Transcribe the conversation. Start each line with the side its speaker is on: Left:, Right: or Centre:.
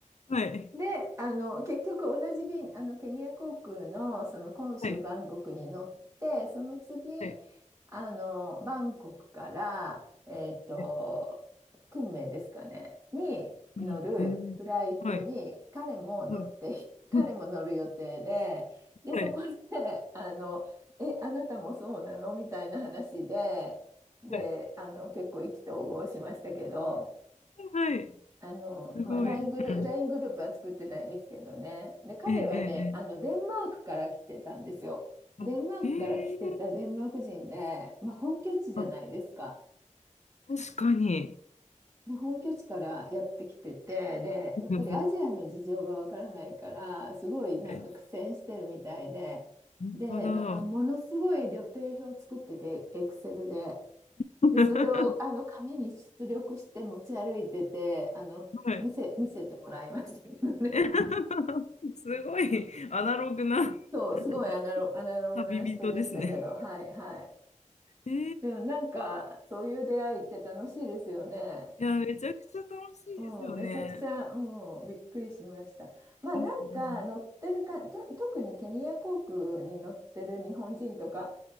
Left: はい、
Right: で、あの、結局同じ便、あの、ケニア航空のその杭州バンコクに乗って、
Left: はい、
Right: その次、
Left: はい、
Right: あの、バンコクから、えっと、
Left: はい、
Right: 昆明ですかね、に乗るフライトに彼も乗って、
Left: うん、へえ、はい、はい、
Right: <laughs> 彼も乗る予定で、
Left: うん、
Right: で、
Left: はい、
Right: そこで、あの、え、あなたもそうなのみたいな話で、で、
Left: はい、
Right: あの、結構意気投合しましたけど、
Left: はい、
Right: あの、
Left: すごい。
Right: まあ、LINE
Left: うん、
Right: グループ、ライングループは作ってないですけどね。で、彼はね、
Left: ええ、ええ、ええ
Right: あの、デンマークから来てたんですよ。
Left: あ、
Right: デンマークから来てたデンマーク人で、
Left: へえ、
Right: まあ、本拠地じゃないですか。
Left: あ、確かに。
Right: で、本拠地からやってきてて、で、
Left: <laughs>
Right: やっぱりアジアの事情がわからないから、すごいなんか苦戦してるみたいで、
Left: え、本当だ。
Right: で、なんかものすごい旅程表を作ってて、エクセルで。
Left: <laughs>
Right: で、それをあの紙に出力して持ち歩いてて、あの、
Left: はい。
Right: 見せ、見せてもらいましたけどね。
Left: <laughs> すごいアナログな
Right: そう、
Left: <laughs>
Right: すごいアナロ、アナログな人でしたけど、
Left: 旅人ですね。
Right: はいはい。
Left: えー、
Right: でもなんか、そういう出会いって楽しいですよね。
Left: いや、めちゃくちゃ楽しいですよね。
Right: うん、めちゃくちゃ、もうびっくりしました。まあなんか、
Left: うん
Right: 乗ってるか、と、特にケニア航空に乗ってる日本人とか、